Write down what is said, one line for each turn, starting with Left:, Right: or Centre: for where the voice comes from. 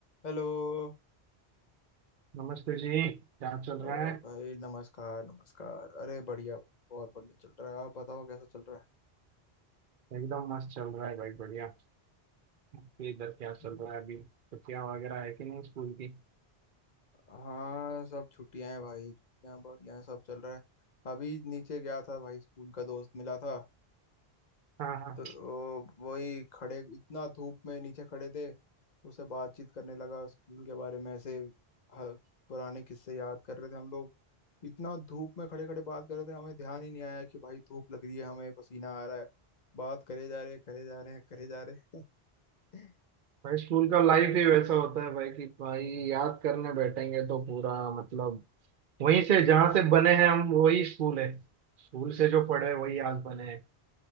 Left: Hello
Right: नमस्ते जी क्या चल रहा
Left: और
Right: है
Left: भाई नमस्कार नमस्कार अरे बढ़िया भाई बहुत बढ़िया चल रहा है आप बताओ कैसा चल रहा है
Right: एकदम मस्त चल रहा है भाई बढ़िया आपके इधर क्या चल
Left: हम्म,
Right: रहा है अभी छुट्टियां वगैरह है कि नहीं स्कूल की
Left: हाँ सब छुट्टियां हैं भाई छुट्टियां बढ़िया हैं, सब चल रहा है अभी नीचे गया था भाई स्कूल का दोस्त मिला था
Right: हाँ हाँ
Left: तो वो- वही खड़े इतना धूप में नीचे खड़े थे उससे बातचीत करने लगा स्कूल के बारे में ऐसे ह- पुराने किस्से याद कर रहे थे हम लोग इतना धूप में खड़े खड़े बात कर रहे थे हमें ध्यान ही नहीं आया कि भाई धूप लग रही है हमें पसीना आ रहा है बात करे जा रहे करे जा रहे करे जा रहे <laughs>
Right: भाई स्कूल का लाइफ ही वैसा होता है भाई कि भाई याद करने बैठेंगे तो पूरा मतलब वहीं से जहाँ से बने हैं हम वही स्कूल है स्कूल से जो पढ़े वही आज बने हैं